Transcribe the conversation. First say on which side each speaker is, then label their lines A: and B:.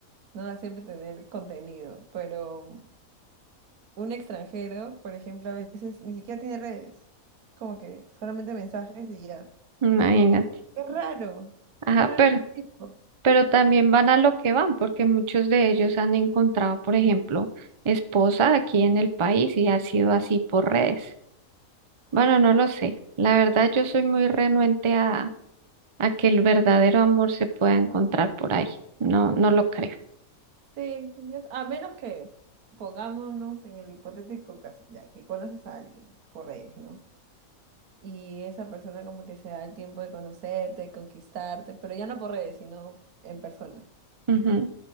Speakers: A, on the right (about 80°); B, on the right (about 40°).
A: ¿no? A siempre tener contenido, pero un extranjero, por ejemplo, a veces ni siquiera tiene redes. Es como que solamente mensajes y ya.
B: imagínate.
A: Y es como que, qué raro,
B: Ajá,
A: qué raro
B: pero,
A: este tipo.
B: pero también van a lo que van, porque muchos de ellos han encontrado, por ejemplo, esposa aquí en el país y ha sido así por redes. Bueno, no lo sé. La verdad, yo soy muy renuente a a que el verdadero amor se pueda encontrar por ahí. No, no lo creo.
A: Sí, yo, a menos que pongámonos en el hipotético caso, ya que conoces a alguien por redes, ¿no? Y esa persona como que se da el tiempo de conocerte, conquistarte, pero ya no por redes, sino en persona,
B: Ujú,